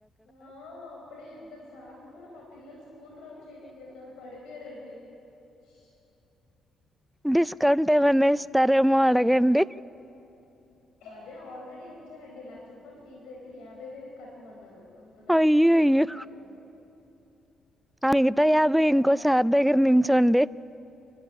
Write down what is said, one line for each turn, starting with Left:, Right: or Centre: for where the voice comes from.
Left: ఆ అప్పుడే ఇద్దరు సార్ లు కూడా మా పిల్లలు స్కూల్ డ్రాప్ చేయనికి ఎల్తా ఉంటే పడిపోయారండి ఉష్
Centre: డిస్కౌంట్ ఏమన్నా ఇస్తారేమో అడగండి
Left: అదే ఆల్రెడీ ఇచ్చారు అండి లక్ష రూయల ఫీజే అయితే యాభై వేలు కట్టమన్నారు అంత పెద్ద
Centre: అయ్యో
Left: డిస్కౌంట్
Centre: అయ్యో
Left: ఇచ్చారు నాకు
Centre: ఆ మిగతా యాభై
Left: ఆ
Centre: ఇంకోసార్ దగ్గర నించోండి